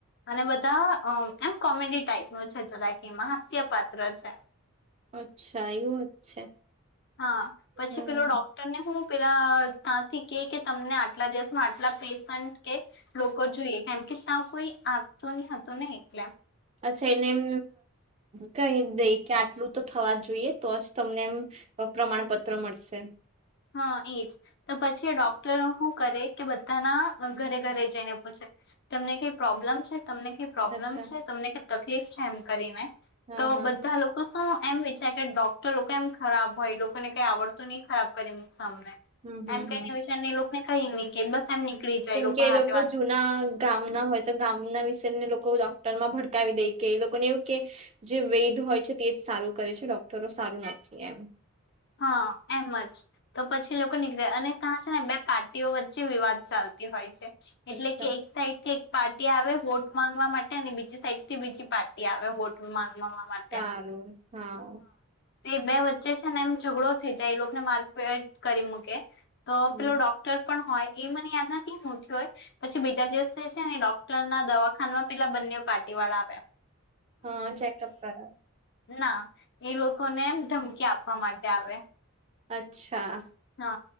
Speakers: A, on the left; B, on the right.
A: અને બધા મ એમ કોમેડી ટાઈપ નું છે. જરાકી એમાં હાસ્ય પાત્ર છે.
B: અચ્છા એવું જ છે.
A: હા, પછી
B: હમ
A: પેલો ડોક્ટર ને હું પેલા ત્યાંથી કે, કે તમને આટલા દિવસમાં આટલા પેશન્ટ કે લોકો જોઈએ કેમ કે, ત્યાં કોઈ તો ની હતો ને એકલે
B: અચ્છા એને એમ કઈ દઈ કે, આટલું તો થવા જોઈએ તો જ તમને એમ પ્રમાણપત્ર મળશે.
A: હા, એજ તો પછી ડોક્ટરો શું કરે કે? બધાના ઘરે ઘરે જઈને પૂછે? તમને કઈ પ્રોબ્લમ છે? તમને કઈ પ્રોબ્લમ
B: અચ્છા
A: છે? તમને કઈ તકલીફ છે? એમ કરીને
B: હા
A: તો
B: હા
A: બધા લોકો શું? એમ વિચારે કે ડોક્ટર લોકો એમ ખરાબ હોય લોકોને કઈ આવડતું નહી. ખરાબ કરીેને એમ
B: હમ હમ
A: કે
B: હમ
A: વિ એ લોકોને કહી નહી કે બસ એમ, નીકળી જાય
B: કેમ કે એ
A: હાથે
B: લોકો
A: વાત
B: જૂના ગામ ના હોય તો, ગામના વિશેને લોકો લોકો ડોક્ટર માં ભડકાવી દે કે એ લોકો ને એવું કે જે વેધ હોય છે, તે જ સારું કરે છે ડોક્ટરો સારે સારું નથી એમ.
A: હા, એમ જ તો પછી લોકો નીકળ્યા અને ત્યાં છે ને બે પાર્ટીઓ વચ્ચે વિવાદ ચાલતો હોય છે. એટલે
B: અચ્છા
A: કે એક સાઈડથી એક પાર્ટી આવે, વોટ માંગવા માટે અને બીજી સાઈડ થી બીજી પાર્ટી આવે, વોટ માંગવા માટે.
B: સારું હા,
A: તે બે વચ્ચે છે ને, એમ ઝઘડો થઈ જાય એ લોકોને મારપેટ કરી મૂકે તો
B: હમ
A: પેલો ડોક્ટર પણ હોય એ મને યાદ નથી શુ થયું હોય, પછી બીજા દિવસે છે ને ડોક્ટર ના દવાખામાં પેલા બંને પાર્ટી વાળા આવ્યા.
B: હા ચેકઅપ કર
A: ના એ લોકોને એમ ધમકી આપવા માટે આવે
B: અચ્છા
A: હા